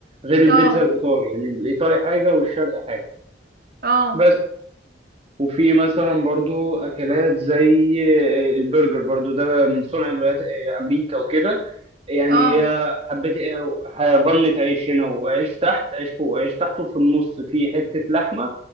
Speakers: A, on the right (about 35°); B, on the right (about 60°).
A: غير البيتزا
B: اه
A: الايطالي يعني الايطالي حاجه والشرقي حاجه
B: اه
A: بس وفي مثلا برضو اكلات زي البرجر برضو ده من صنع الولايات امريكا وكده يعني
B: اه
A: هي حبه بنت عيش هنا وعيش تحت عيش فوق وعيش تحت وفي النص في حته لحمه